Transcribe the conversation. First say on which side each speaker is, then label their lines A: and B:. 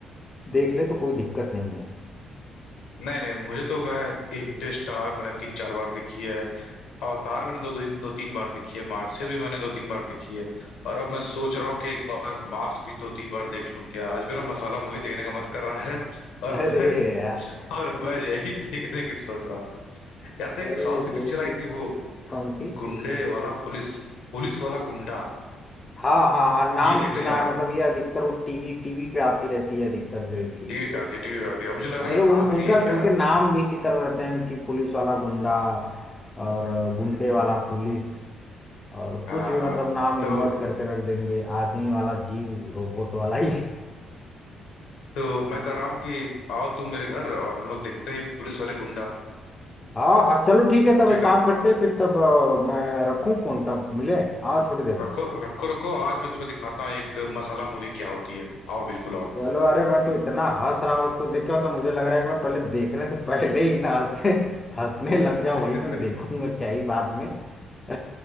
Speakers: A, on the left; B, on the left.
A: देख ले तो कोई दिक्कत नहीं है
B: नहीं नहीं मुझे तो मैं इंटरेस्ट रहा मैंने तीन चार बार देखी है अवतार मैंने दो दिन दो तीन बार देखी है मार्शियल भी मैंने दो तीन बार देखी है और अब मैं सोच रहा हूँ कि एक बार मास भी दो तीन बार देख लूं क्या आज मेरा मसाला मूवी देखने का मन कर रहा है <laughs>
A: <laughs>
B: और
A: अरे
B: मैं
A: यार
B: और मैं यही देखने की सोच रहा हूँ या तो एक
A: अरे
B: साउथ की
A: जय
B: पिक्चर आई
A: की
B: थी वो
A: कौन सी
B: गुंडे वाला पुलिस पुलिस वाला गुंडा
A: हाँ हाँ हाँ नाम
B: ये देखने
A: सुना
B: जा रहा
A: है
B: हूँ
A: मतलब ये अधिकतर वो टीवी टीवी पे आती रहती है अधिकतर जो है कि
B: टीवी पे आती है, टीवी पे आती है अब मुझे लग
A: मतलब
B: रहा है ये
A: उन
B: आ भी रही
A: उनका
B: है क्या
A: उनके नाम भी इसी तरह रहते हैं कि पुलिस वाला गुंडा और गुंडे
B: हम्म
A: वाला पुलिस और
B: हाँ
A: कुछ भी
B: हाँ
A: मतलब नाम इन्वर्ट
B: तो
A: करके रख देंगे आदमी वाला जीव रोबोट वाला ही <laughs>
B: तो मैं कह रहा हूँ कि आओ तुम मेरे घर और हम लोग देखते हैं ये पुलिस वाले गुंडा
A: हाँ हाँ चलो ठीक है तब
B: क्या
A: एक
B: कहते
A: काम
B: हो?
A: करते हैं फिर तब अ, मैं रखूँ फोन तब मिले हाँ थोड़ी देर
B: रखो
A: में
B: रखो रखो आज मैं तुम्हें दिखाता हूँ एक मसाला मूवी क्या होती है आओ बिल्कुल आओ
A: चलो अरे मैं तो इतना हंस रहा हूँ उसको देख के तो मुझे लग रहा है कि मैं पहले देखने से पहले ही ना हंसने <laughs> हंसने लग
B: <laughs>
A: जाऊं वही मैं देखूंगा क्या ही बाद में <laughs>